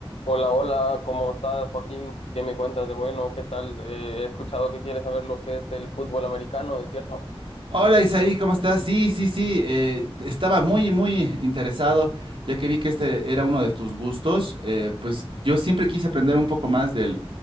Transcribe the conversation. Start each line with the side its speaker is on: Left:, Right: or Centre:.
Left: Hola, hola, ¿cómo estás, Joaquín? ¿Qué me cuentas de bueno? ¿Qué tal? Eh, he escuchado que quieres saber lo que es el fútbol americano, ¿es cierto?
Right: Hola Isaí, ¿cómo estás? Sí, sí, sí, eh, estaba muy, muy interesado, ya que vi que este era uno de tus gustos. eh, pues yo siempre quise aprender un poco más del,